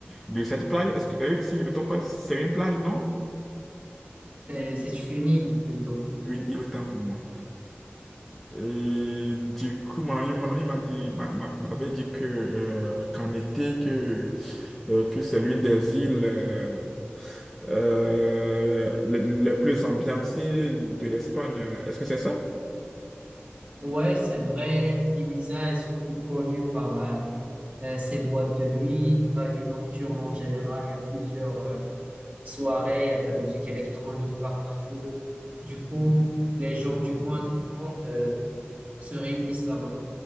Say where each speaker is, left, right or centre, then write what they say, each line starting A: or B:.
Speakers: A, in the centre; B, on the right.
A: de cette plage. Est-ce que, euh, si je ne me trompe pas, c'est une plage, non?
B: C'est c'est une île plutôt.
A: Une île autant pour moi. Et du coup, mon ami, mon ami m'a dit, m'a- m'a- m'avait dit que euh, qu'en été, que, euh, que c'est l'une des îles euh, euh, les les plus ambiancées de l'Espagne. Est-ce que c'est ça?
B: Ouais, c'est vrai, Ibiza est surtout connue par euh, euh, ses boîtes de nuit, la vie nocturne en général. Il y a plusieurs euh, soirées, il y a de la musique électronique partout. Du coup, les gens du coin du monde euh, se réunissent là-bas